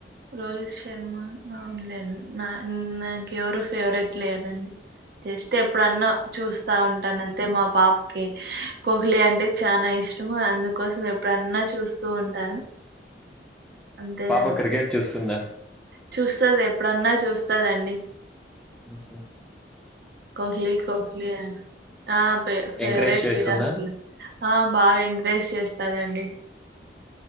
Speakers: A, on the right; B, in the centre.
A: రోహిత్ శర్మ ఆవుండేనా నా నాకెవరు ఫేవరెట్ లేరండి. జస్ట్ ఎప్పుడన్నా చూస్తా ఉంటానం అంటే మా పాపకి కోహ్లీ అంటే చానా ఇష్టం అందుకోసం ఎప్పుడన్నా చూస్ తు ఉంటాను. అంతేనండి
B: పాప క్రికెట్ చూస్తుందా?
A: చూస్తది, ఎప్పుడన్నా చూస్తదండి.
B: ఉహ్
A: కోహ్లీ కోహ్లీ అని ఆ ఫే ఫేవరేట్
B: ఎంకరేజ్ చేస్తుందా
A: విరాహకుల ఆ బాగా ఎంకరేజ్ చేస్తాదండి.